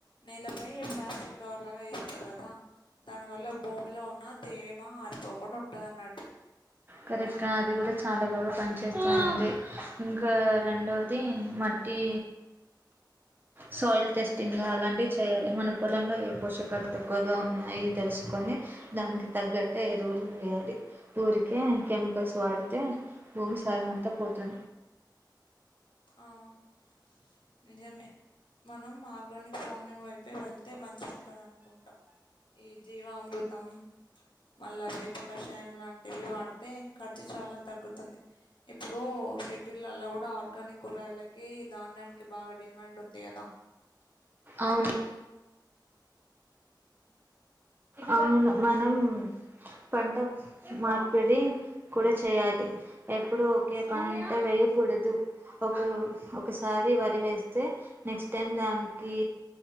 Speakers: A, on the left; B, on the right.
A: నీళ్లపై ప్లాస్టిక్ కవర్ లాగా వేస్తారు కదా దాని వల్ల భూమిలో ఉన్న తేమ ఆర్పి పోకుండా ఉంటాదన్నట్టు
B: కరెక్ట్గా అది కూడా చాలా బాగా పనిచేస్తుంది ఇంకా రెండవది మ టీ
A: <inaudible>
B: సాయిల్ టెస్టింగ్ అలాంటివి చేయాలి మన పొలంలో ఏ పోషకాలు తక్కువగా ఉన్నాయి తెలుసుకొని దానికి తగ్గట్టే ఎరువురు వేయాలి ఊ కే కెమికల్స్ వాడితే భూమి సారం అంత పోతు
A: ఆ, నిజమే మనం ఆర్గానిక్ ఫార్మింగ్ వైపే వెళ్తే మంచిగ ఉంటాది అనుకుంట ఈ జీవాఅమృతం మళ్ళా వేప కషాయం లాంటివి వాడితే ఖర్చు చాల తగ్గుతుంది ఇప్పుడు సిటీలలో కూడ ఆర్గానిక్ కూరయలకి ధాన్యానికి బాగ డిమాండ్ ఉంది కదా
B: అవును అవును మనం పంట మార్పిడి కూడ చేయాలి ఎప్పుడు ఒకే పంట వేయకూడదు ఒక ఒకసారి వరి వేస్తే నెక్స్ట్ టైం దానికి